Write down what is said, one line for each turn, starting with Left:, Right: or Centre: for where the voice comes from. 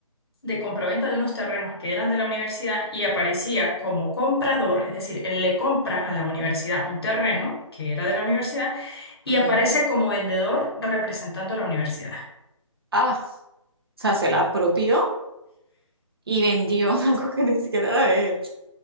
Left: de compraventa de unos terrenos que eran de la universidad y aparecía como comprador, es decir, él le compra a
Right: Ah,
Left: la universidad un terreno que era de la universidad y
Right: ok.
Left: aparece como vendedor representando a la universidad.
Right: Ah, o sea, se la apropió y vendió <laughs> algo que ni siquiera era de él.